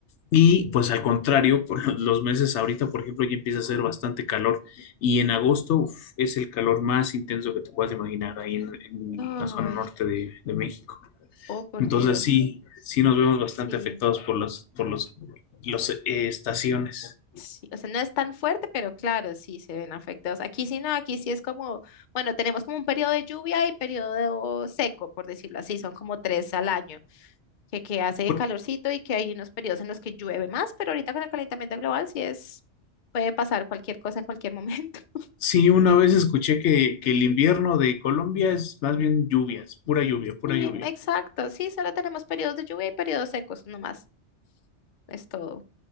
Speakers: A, on the left; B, on the left.
A: Y pues al contrario, por los los meses ahorita, por ejemplo, ya empieza a hacer bastante calor y en agosto uf, es el calor más intenso que te puedas imaginar ahí en, en
B: Ay,
A: la zona norte de, de México.
B: oh por
A: Entonces
B: Dios.
A: sí, sí nos vemos bastante
B: Sí,
A: afectados por las por los, los, eh, estaciones.
B: Sí, o sea, no es tan fuerte, pero claro, sí se ven afectados. Aquí sí no, aquí sí es como, bueno, tenemos como un periodo de lluvia y periodo seco, por decirlo así, son como tres al año. que, que hace
A: Por-
B: calorcito y que hay unos periodos en los que llueve más, pero ahorita con el calentamiento global sí es, puede pasar cualquier cosa en cualquier momento. <laughs>
A: sí, una vez escuché que, que el invierno de Colombia es más bien lluvias, pura lluvia, pura
B: Sí,
A: lluvia.
B: exacto, sí, solo tenemos periodos de lluvia y periodos secos, no más es todo.